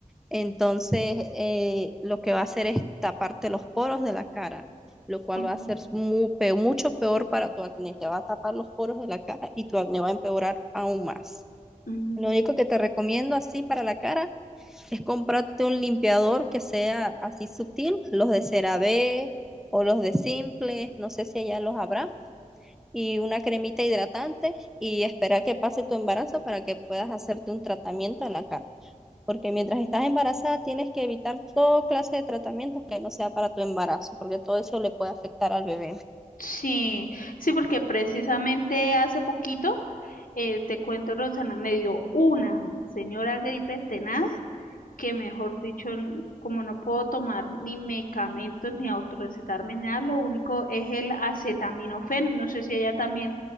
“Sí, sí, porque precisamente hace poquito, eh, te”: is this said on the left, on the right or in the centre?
Left